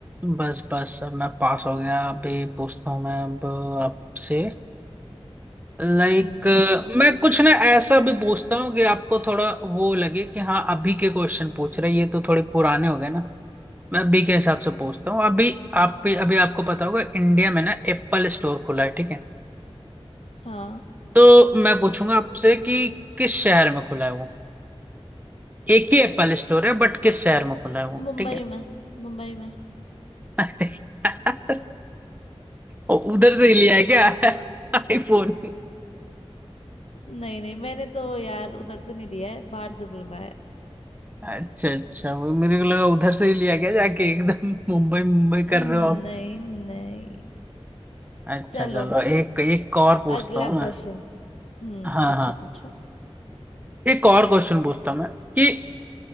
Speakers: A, on the right (about 15°); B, on the left (about 75°).
A: बस बस अब मैं पास हो गया अभी पूछता हूँ मैं अब आपसे लाइक
B: हम्म
A: मैं कुछ ना ऐसा भी पूछता हूँ कि आपको थोड़ा वो लगे कि हाँ अभी के क्वेश्चन पूछ रहे हैं, ये तो थोड़े पुराने हो गए ना मैं अभी के हिसाब से पूछता हूँ अभी आप भी अभी आपको पता होगा इंडिया में ना एप्पल स्टोर खुला है ठीक है
B: हाँ
A: तो मैं पूछूंगा आपसे कि किस शहर में खुला है वो एक ही एप्पल स्टोर है बट किस शहर में खुला है वो
B: मुंबई
A: ठीक है
B: में मुंबई में
A: अरे यार ओ, उधर से ही लिया है क्या आईफोन
B: नहीं नहीं मैंने तो यार उधर से नहीं लिया है बाहर से बुलवाया है।
A: अच्छा अच्छा वो मेरे को लगा उधर से ही लिया गया जाके एकदम मुंबई मुंबई
B: नहीं
A: कर रहे हो आप
B: नहीं
A: अच्छा
B: चलो
A: चलो एक एक और पूछता
B: अगला
A: हूँ मैं
B: क्वेश्चन हम्म
A: हाँ
B: पूछो
A: हाँ
B: पूछो
A: एक और क्वेश्चन पूछता हूँ मैं कि